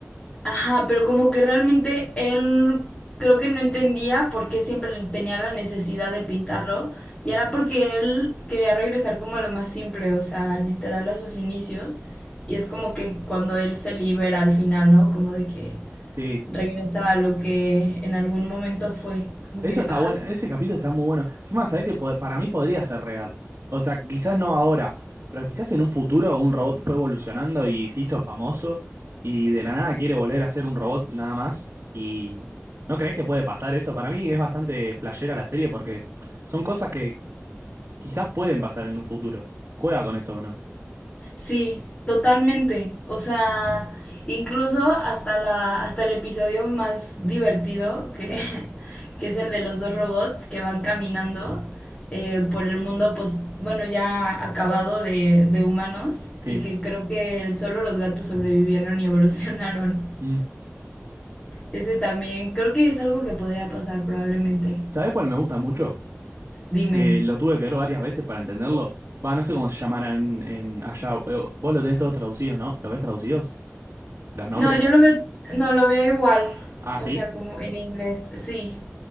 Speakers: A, on the left; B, on the right.
A: Ajá, pero como que realmente él creo que no entendía por qué siempre tenía la necesidad de pintarlo. Y era porque él quería regresar como a lo más simple, o sea, literal a sus inicios. Y es como que cuando él se libera al final, ¿no? Como de que
B: Sí,
A: regresar a lo que en algún momento fue. Como
B: Eso
A: que,
B: está
A: ay,
B: bueno, ese capítulo está muy bueno. Encima, sabés que po- para mí podría ser real. O sea, quizás no ahora, pero quizás en un futuro un robot fue evolucionando y se hizo famoso y de la nada quiere volver a ser un robot nada más. ¿Y no crees que puede pasar eso? Para mí es bastante flashera la serie porque son cosas que quizás pueden pasar en un futuro. Juega con eso o no.
A: sí, totalmente. O sea, incluso hasta la, hasta el episodio más divertido, que, <laughs> que es el de los dos robots que van caminando eh, por el mundo, pues, bueno, ya acabado de, de humanos,
B: Sí.
A: y que creo que solo los gatos sobrevivieron y <laughs> evolucionaron.
B: Mm.
A: Ese también, creo que es algo que podría pasar probablemente.
B: ¿Sabés cuál me gusta mucho?
A: Dime.
B: Que lo tuve que ver varias veces para entenderlo. Va, no sé cómo se llamarán en allá. Eh, Vos lo tenés todos traducidos, ¿no? ¿Lo ves traducidos? ¿Los nombres?
A: No, yo lo veo, no lo veo igual,
B: Ah,
A: o
B: sí.
A: sea, como en inglés, sí.